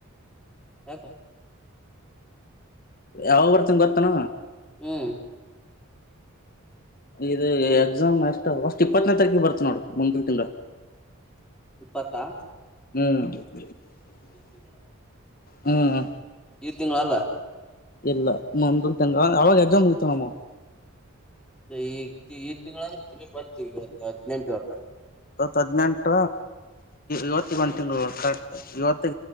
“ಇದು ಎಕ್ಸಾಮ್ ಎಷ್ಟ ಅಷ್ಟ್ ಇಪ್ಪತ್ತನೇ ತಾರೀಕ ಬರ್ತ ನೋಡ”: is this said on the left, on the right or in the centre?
Left